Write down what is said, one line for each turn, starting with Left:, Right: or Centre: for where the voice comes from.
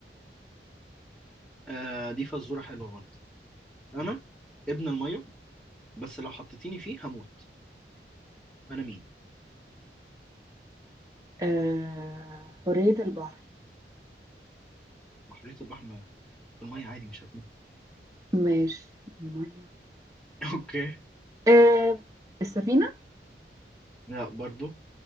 Centre: آه دي فزورة حلوة برضه أنا ابن المية بس لو حطيتيني فيه هموت أنا مين؟
Right: آه... حرية البحر
Centre: محرية البحر ما- في المية عادي مش هتموت
Right: ماشي المية
Centre: <laughs> أوكي
Right: آه السفينة
Centre: لا برضه